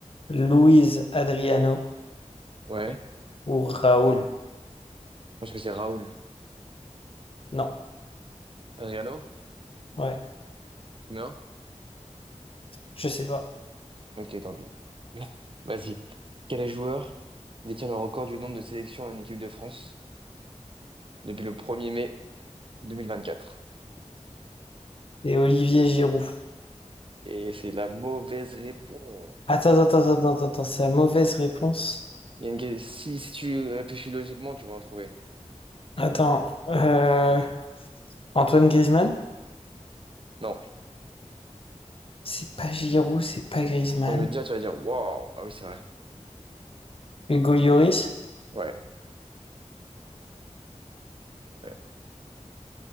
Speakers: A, on the left; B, on the right.
A: Luis Adriano
B: Ouais,
A: ou Raoul?
B: je pense que c'est Raoul.
A: Non,
B: Adriano?
A: ouais,
B: Combien?
A: je sais pas.
B: Ok, tant pis. <laughs> Vas-y. Quel joueur détient le record du nombre de sélections en équipe de France depuis le 1er mai 2024?
A: Et Olivier Giroud.
B: Et c'est la mauvaise réponse.
A: Attends, attends, attends, attends, attends, c'est la mauvaise réponse.
B: Il y a une... que- Si, si tu réfléchis logiquement, tu vas en trouver.
A: Attends, euh, Antoine Griezmann?
B: Non.
A: C'est pas Giroud, c'est pas Griezmann.
B: Quand je vais te dire, tu vas dire, waouh, ah oui, c'est vrai.
A: Hugo Lloris?
B: Ouais. Ouais,